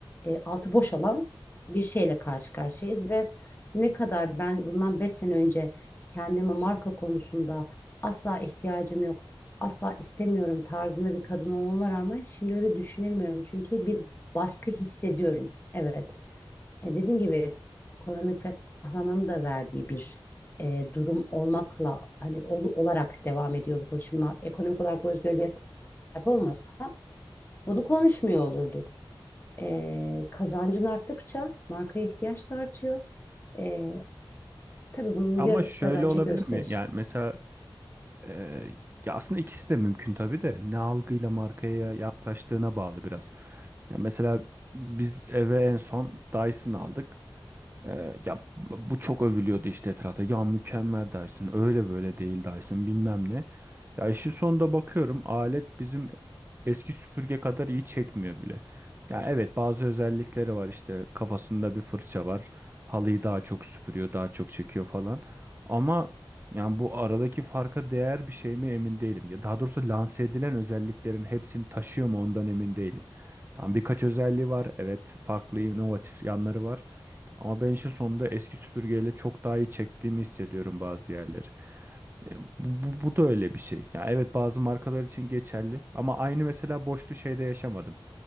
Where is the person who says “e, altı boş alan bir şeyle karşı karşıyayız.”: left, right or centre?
Left